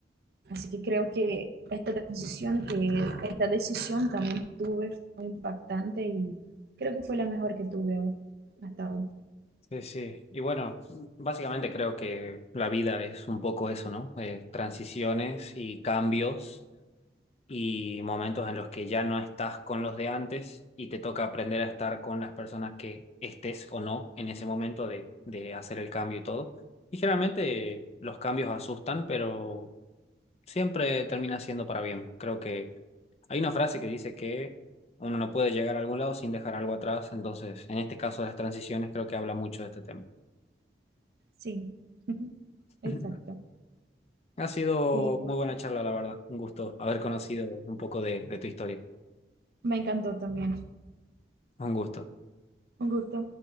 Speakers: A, on the right (about 60°); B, on the left (about 35°).
A: Así que creo que esta transición, que esta decisión también tuve fue impactante y creo que fue la mejor que tuve ahora- hasta ahora.
B: Sí, sí. Y bueno, básicamente creo que la vida es un poco eso, ¿no? Eh, transiciones y cambios y momentos en los que ya no estás con los de antes y te toca aprender a estar con las personas que estés o no en ese momento de, de hacer el cambio y todo. Y generalmente eh, los cambios asustan, pero siempre termina siendo para bien. Creo que hay una frase que dice que uno no puede llegar a algún lado sin dejar algo atrás, entonces en este caso de las transiciones creo que habla mucho de este tema.
A: Sí, <laughs>
B: <laughs>
A: exacto.
B: Ha sido
A: Eh,
B: muy buena charla, la verdad. Un gusto haber conocido un poco de, de tu historia.
A: me encantó también.
B: Un gusto.
A: Un gusto.